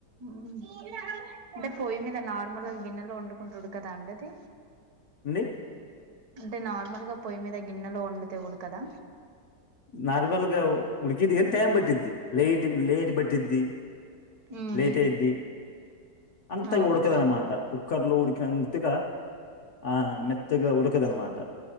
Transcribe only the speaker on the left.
అండే
నార్మల్గా ఉడ్కిద్ది గని టైమ్ బట్టద్ది లేేట్ లేట్ బట్టిద్ది
లేటైయిద్ది అంతగా
ఉడ్కదన్నమాట కుక్ క్కర్ లో ఉడికినంతగా ఆ మెత్తగా ఉడకదనమాట.